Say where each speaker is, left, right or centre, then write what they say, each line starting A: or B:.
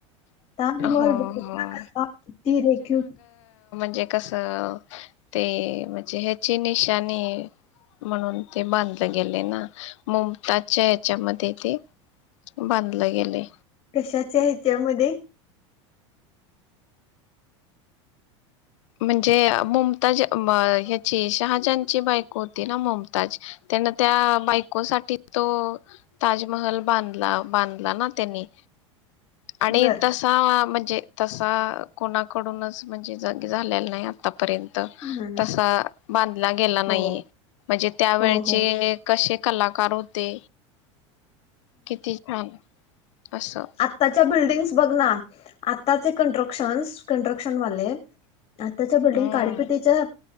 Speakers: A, on the left; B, on the left.
A: ताज महल
B: हो
A: बघितला
B: हो
A: कसा किती रेखिव
B: जे कस ते म्हणजे ह्याची निशानी म्हणून ते बांधलं गेले ना मुमताजच्या ह्याच्यामध्ये ते बांधलं गेलय
A: कशाचे हेच्यामध्ये
B: म्हणजे मुमताज म ह्याची शहाजानची बायको होती ना मुमताज त्यान त्या बायकोसाठी तो ताजमहल बांधला बांधला ना त्यानी आणि
A: बर
B: तसा म्हणजे तसा कोणाकडूनच म्हणजे ज झालेला नाय आता पर्यंत
A: हम्म.
B: तसा बांधला गेला नाहीये
A: हो
B: म्हणजे त्यावेळचे
A: हो हो
B: कशे कलाकार होते. किती छान असं
A: आताच्या बिल् तेच बघना आत्ताचे कन्ट्रक्शन्स कन्ट्रक्शन वाले आत्ताच्या बिल्डिंग
B: हम्म
A: काढेपेटीच्या